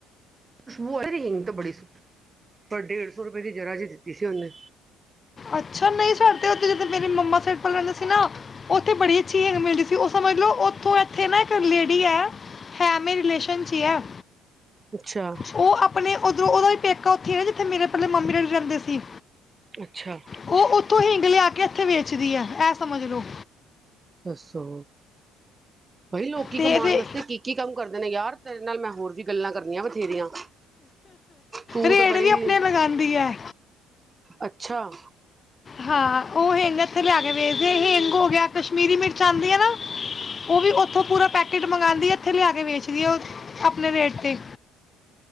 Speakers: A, on the right; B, on the left.
A: ਨਾ ਰਿੰਗ ਬੜੀ ਪਰ ਡੇਢ ਸੌ ਰੁਪਏ ਦੀ ਜਰਾ ਜਿਹੀ ਦਿੱਤੀ ਸੀ ਛਨ
B: ਅੱਛਾ ਨਹੀਂ ਸਰਥ ਜਦ ਮੇਰੇ ਮੰਮਾ ਸਲ ਰਹਿੰਦੇ ਸੀਲ ਨਾ ਉਓਥੇ ਬੜੀ ਅਛੀਗ ਮਿਲਦੀ ਸੀ ਉਹ ਸਮਝ ਲੋ ਉਓਥ ਇਥੇ ਨਾ ਇੱਕ ਲੇਡੀ ਹੈ, ਹੈ ਮੇਲੇ ਚ ਹੀ ਹੈ।
A: ਅੱਛਾ
B: ਉਹ ਆਪਣੇ ਜਦੋਂ ਉਹਦਾ ਵੀ ਪੇਕਾ ਉੱਥੇ ਨਾ ਜਿੱਥੇ ਮੇਰੇ ਪਲੇ ਮੰਮੀ ਡੈਡੀ ਰਹਿੰਦੇ ਸੀ
A: ਅੱਛਾ
B: ਉਹ ਉੱਥੋਂ ਹਿੰਗ ਲਿਆ ਕੇ ਕਿੱਥੇ ਵੇਚਦੀ ਹੈ ਇਹ ਸਮੱਝ ਲਓ
A: ਦੱਸੋ ਬਾਈ ਲੋਕ
B: ਤੇ
A: ਕਮਾਉਣ
B: ਇਹਦੇ
A: ਵਾਸਤੇ ਕੀ ਕੀ ਕੰਮ ਕਰਦੇ ਨੇ ਯਾਰ ਤੇਰੇ ਨਾਲ ਮੈਂ ਹੋਰ ਵੀ ਗੱਲਾਂ ਕਰਨੀਆਂ ਬੱਥੇਰੀਆਂ ਤੂੰ
B: ਰੇਟ
A: ਤਾਂ ਬੱੜੀ
B: ਵੀ ਆਪਣੇ ਲਗਾਉਂਦੀ ਹੈ
A: ਅੱਛਾ
B: ਹਾਂ ਉਹ ਹਿੰਗ ਇੱਥੇ ਲਿਆ ਕੇ ਵੇਚਦੇ ਹਿੰਗ ਹੋ ਗਿਆ ਪੀਲੀ ਮਿਰਚ ਆਉਂਦੀ ਹੈ ਨਾ ਉਹ ਵੀ ਉੱਥੋਂ ਪੂਰਾ ਪੈਕੇਟ ਮੰਗਵਾਉਦੀ ਆ ਇੱਥੇ ਲਿਆ ਕੇ ਵੇਚਦੀ ਆ ਉਹ ਆਪਣੇ ਰੇਟ ਤੇ